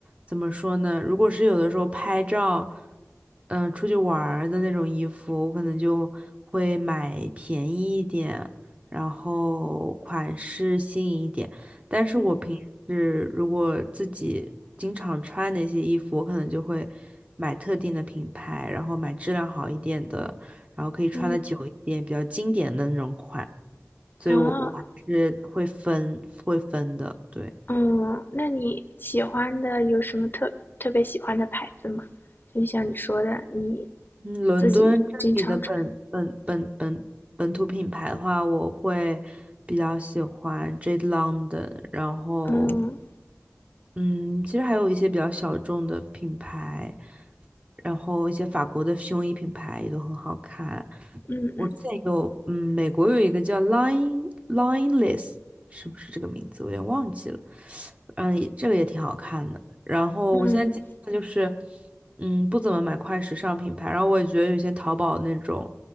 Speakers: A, on the right (about 25°); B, on the left (about 45°).
A: 怎么说呢？如果是有的时候拍照，嗯，出去玩儿的那种衣服，我可能就会买便宜一点，然后款式新颖一点。但是我平时如果自己经常穿那些衣服，
B: 嗯
A: 我可能就会买特定的品牌，然后买质量好一点的。然后可以穿的久一点，
B: 嗯，
A: 比较经典的那种款。所以我我还是会分会分的，
B: 啊。
A: 对。
B: 嗯，那你喜欢的有什么特特别喜欢的牌子吗？就像你说的，你
A: 嗯，伦敦这里的本本本本本土品牌的话，
B: 自己经常穿。
A: 我会比较喜欢 Jade London，然后
B: 嗯
A: 嗯，其实还有一些比较小众的品牌，然后一些法国的胸衣品牌也都很好看。
B: 嗯嗯
A: 我之前有，嗯，美国有一个叫 Line Lineless，是不是这个名字？我有点忘记了。嗯，也这个也挺好看的。然后我现在接下来就是，
B: 嗯
A: 嗯，不怎么买快时尚品牌，然后我也觉得有些淘宝那种，